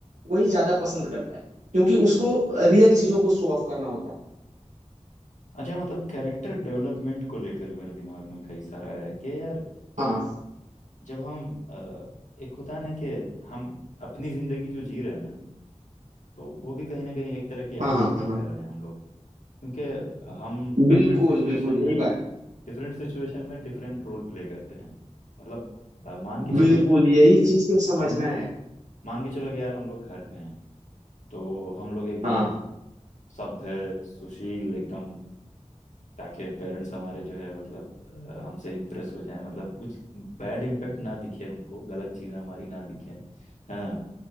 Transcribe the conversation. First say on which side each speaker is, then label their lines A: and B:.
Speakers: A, on the right; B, on the left.
A: वही ज्यादा पसंद करता है क्योंकि उसको रियल चीजों को शो ऑफ करना होता है
B: अच्छा मतलब कैरेक्टर डेवलपमेंट को लेकर मेरे दिमाग में कई सारा है कि यार
A: हाँ
B: जब हम अ, एक होता है ना कि हम अपनी जिंदगी जो जी रहे हैं ना तो वो भी कहीं ना कहीं एक तरह की एक्टिंग
A: हाँ हाँ
B: ही
A: हाँ
B: कर रहे हैं हम लोग क्योंकि हम
A: बिल्कुल,
B: डिफरेंट सिचुएशन
A: बिल्कुल,
B: में
A: यही बात है।
B: डिफरेंट सिचुएशन में डिफरेंट रोल प्ले करते हैं मतलब अ, मान के चलो
A: बिल्कुल, यही चीज़ को समझना
B: हम
A: है।
B: मान के चलो कि यार हम लोग घर पे हैं तो हम लोग एकदम
A: हाँ,
B: सभ्य सुशील एकदम ताकि पेरेंट्स हमारे जो है मतलब अ, हमसे इम्प्रेस हो जाए मतलब कुछ बैड इम्पैक्ट ना दिखे उनको गलत चीज़ें हमारी ना दिखे है ना